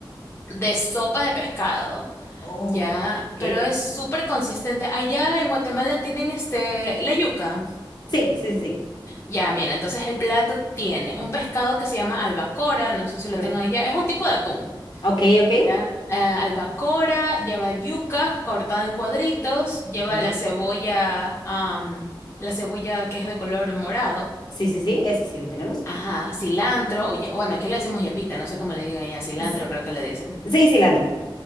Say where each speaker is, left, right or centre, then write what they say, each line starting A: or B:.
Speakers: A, on the left (about 30°); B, on the left (about 55°).
A: de sopa de pescado,
B: Oh,
A: ya,
B: ok.
A: pero es súper consistente. Allá en Guatemala tienen este, la yuca.
B: Sí, sí, sí, sí.
A: Ya, mira, entonces el plato tiene un pescado que se llama albacora, no sé si lo
B: Ah,
A: tengan allá, es un tipo de atún.
B: Ok, ok.
A: Ya, eh, albacora, lleva yuca cortada en cuadritos, lleva
B: Ok.
A: la cebolla, am, la cebolla que es de color morado.
B: Sí, sí, sí, eso sí lo tenemos.
A: Ajá, cilantro, o, ye- bueno, aquí le decimos hierbita, no sé cómo le digan ya, cilantro
B: S-
A: creo que le dicen.
B: Sí, cilantro.